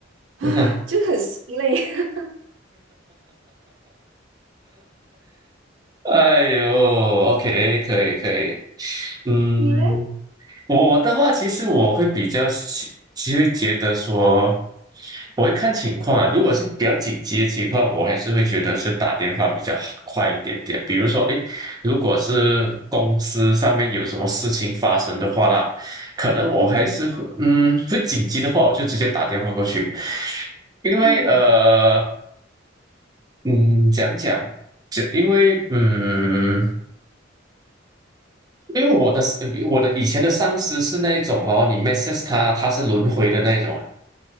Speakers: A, on the right; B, on the right.
A: 啊，
B: <laughs> 哈！
A: 就很心累。<laughs>
B: 哎呦，OK，可以可以，嗯，
A: 你嘞？
B: 我的话，其实我会比较喜，其实会觉得说，我会看情况啊。如果是比较紧急的情况，我还是会觉得是打电话比较好快一点点。比如说，诶，如果是公司上面有什么事情发生的话啦，可能我还是会嗯，
A: 嗯
B: 会紧急的话，我就直接打电话过去，因为呃。
A: 嗯
B: 嗯，讲讲，讲，因为嗯，因为我的呃我的以前的上司是那一种哦，你 message 他，他是轮回的那一种啊，